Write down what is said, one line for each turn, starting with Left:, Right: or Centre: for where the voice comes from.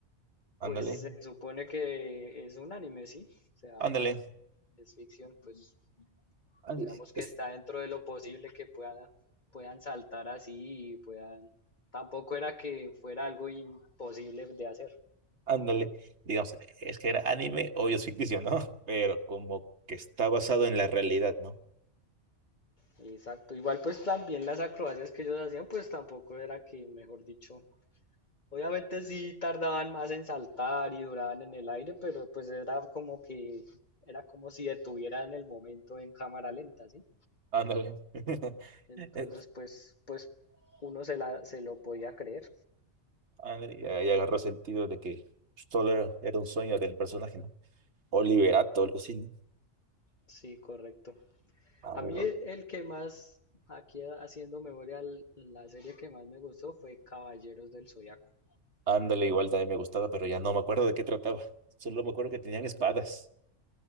Left: pues
Right: Ándale,
Left: se supone que es un anime, ¿sí? O sea,
Right: ándale.
Left: es ficción, pues
Right: ándale,
Left: digamos que
Right: es-
Left: está dentro de lo posible que puedan, puedan saltar así y puedan, tampoco era que fuera algo imposible de hacer.
Right: Ándale, digamos, es que era anime, obvio es ficticio, ¿no? <laughs> Pero como que está basado en la realidad, ¿no?
Left: Exacto, igual pues también las acrobacias que ellos hacían pues tampoco era que, mejor dicho, obviamente sí tardaban más en saltar y duraban en el aire, pero pues era como que, era como si detuvieran el momento en cámara lenta, ¿sí?
Right: Ándale. <laughs>
Left: Entonces
Right: Eh,
Left: pues, pues uno se, la, se lo podía creer.
Right: Ándale, y ahí agarró sentido de que todo era era un sueño del personaje, ¿no? O Liberato, algo así, ¿no?
Left: Sí, correcto.
Right: A
Left: A
Right: ver,
Left: mí
Right: o-
Left: el el que más, aquí ha- haciendo memoria, l- la serie que más me gustó fue Caballeros del Zodiaco.
Right: ándale, igual también me gustaba, pero ya no me acuerdo de qué trataba. Solo me acuerdo que tenían espadas.